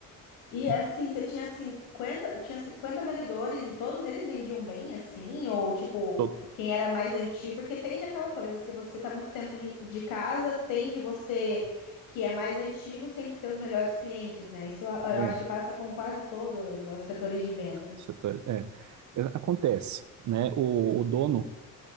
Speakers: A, on the left; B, on the right.
A: e assim,
B: E
A: você tinha cinquenta, tinha cinquenta vendedores e todos eles vendiam bem, assim, ou tipo,
B: to-
A: quem era mais antigo, porque tende aquela coisa, se você tá muito tempo de de casa, tende você que é mais antigo sempre ter os melhores clientes, né? Isso a-
B: é,
A: eu acho que passa com quase todos os setores de venda.
B: Setores, é. É, Acontece, né? O, o dono,